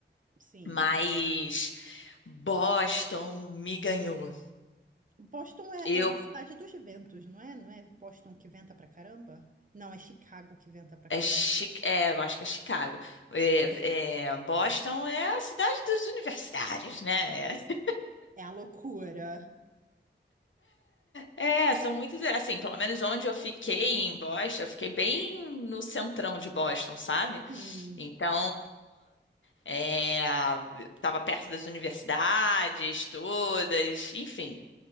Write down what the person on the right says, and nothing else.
sim.
Boston é,
é a cidade dos ventos, não é? Não é Boston que venta pra caramba? Não, é Chicago que venta pra caramba.
É a loucura.
Sim.